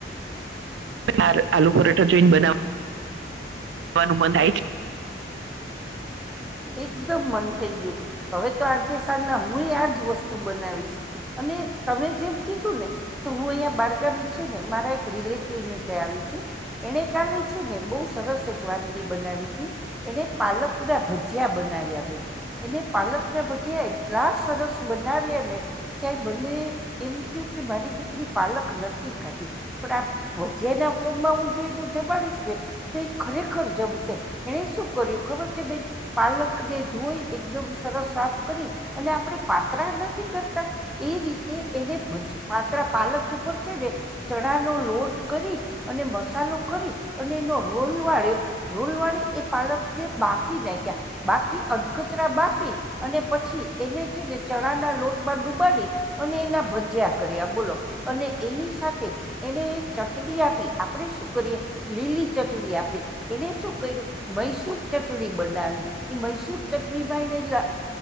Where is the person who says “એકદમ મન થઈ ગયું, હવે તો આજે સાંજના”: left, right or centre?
Centre